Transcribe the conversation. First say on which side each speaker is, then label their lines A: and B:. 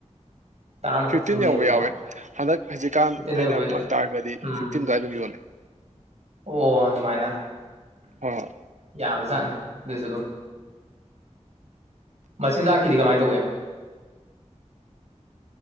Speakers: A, on the right (about 60°); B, on the right (about 80°).
A: ꯇꯔꯥ ꯃꯊꯛꯇ
B: ꯐꯤꯐꯇꯤꯟ
A: ꯑꯗꯨꯝ ꯂꯩꯌꯦꯕꯀꯣ
B: ꯌꯧꯕ ꯌꯥꯎꯋꯦ ꯍꯟꯗꯛ ꯍꯧꯖꯤꯛꯀꯥꯟ
A: ꯐꯤꯞꯇꯤꯟ ꯂꯩꯕ
B: ꯑꯩꯅ ꯐꯪꯇꯥꯔꯒꯗꯤ
A: ꯎꯝ
B: ꯐꯤꯐꯇꯤꯟꯗꯨꯋꯥꯏꯗ ꯑꯗꯨꯝ ꯌꯣꯜꯂꯦ
A: ꯑꯣ ꯑꯗꯨꯃꯥꯏꯅ
B: ꯍꯣꯏ ꯍꯣꯏ
A: ꯌꯥꯕꯖꯥꯠꯅꯦ ꯑꯗꯨꯁꯨ ꯑꯗꯨꯝ ꯃꯆꯤꯟꯖꯥꯛꯀꯤꯗꯤ ꯀꯃꯥꯏ ꯇꯧꯋꯤ <inaudible>